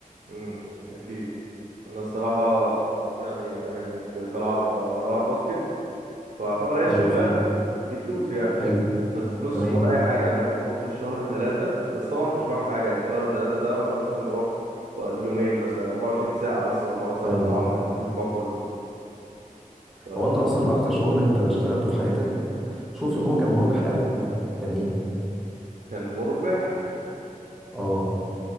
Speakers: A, on the right (about 70°); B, in the centre.
A: امم اكيد انا الصراحة يعني انا كنت بلعب انا بلعب باسكت فاعتبر هي الشغلانة
B: حلو
A: بتجيب فلوس يعني
B: حلو
A: بس فلوس
B: تمام
A: ولا اي حاجة انا كنت باخد في الشهر ثلاثة بس طبعا كنتش بعمل حاجة يعني شهر ثلاثة ده انا مثلا بروح ب- يومين مثلا 24 ساعة بس هما مثلا
B: ايوه
A: لو ضيعوهم من الاسبوع كله فكان
B: هو انت اصلا اكتر شغل انت اشتغلته في حياتك شفت ان هو كان مربح قوي كان ايه
A: مربح
B: اه